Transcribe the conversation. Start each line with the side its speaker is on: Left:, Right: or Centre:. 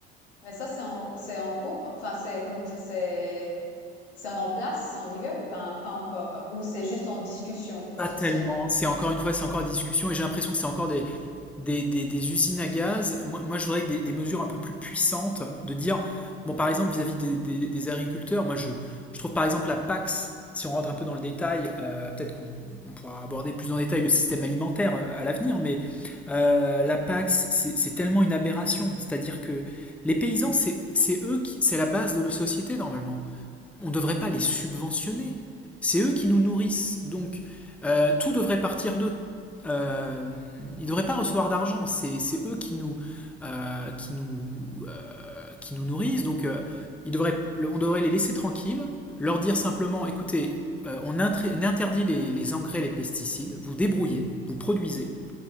Left: Mais ça, c'est en c'est en cours. Enfin, c'est comment dire, c'est c'est en place, c'est en vigueur ou ben pas encore, ou c'est juste en discussion potentielle.
Centre: Pas tellement. C'est encore une fois, c'est encore des discussions et j'ai l'impression que c'est encore des, des, des- des usines à gaz. Moi, moi, je voudrais que des, des mesures un peu plus puissantes de dire, bon, par exemple, vis-à-vis des, des- des agriculteurs, moi, je, je trouve par exemple la PAX, si on rentre un peu dans le détail, euh, peut-être qu'on on pourra aborder plus en détail le système alimentaire euh, à l'avenir, mais euh, la PAX, c'est c'est tellement une aberration. C'est-à-dire que les paysans, c'est c'est eux qui, c'est la base de la société normalement on ne devrait pas les subventionner. C'est eux qui nous nourrissent. Donc, euh, tout devrait partir d'eux. Euh, ils ne devraient pas recevoir d'argent. C'est c'est eux qui nous, euh, qui nous, euh, qui nous nourrissent. Donc, euh, ils devraient, on devrait les laisser tranquilles, leur dire simplement, écoutez, euh, on interdit les, les engrais, les pesticides, vous débrouillez, vous produisez,